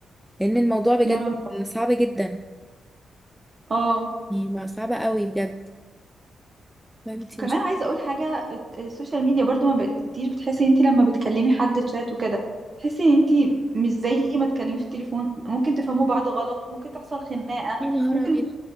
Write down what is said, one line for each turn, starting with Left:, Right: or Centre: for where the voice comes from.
Centre: لأن الموضوع بجد
Right: يا رب
Centre: صعب جدا
Right: اه
Centre: يعني بقى صعب قوي بجد لا انتي
Right: كمان
Centre: مش
Right: عايزة اقول حاجة الت- السوشيال ميديا برضو ما بتبقيش بتحسي ان انت لما بتكلمي حد تشات وكده تحسي ان انت مش زي ما تكلمي في التليفون ممكن تفهموا بعض غلط ممكن تحصل خناقة
Centre: يا نهار
Right: ممكن
Centre: أبيض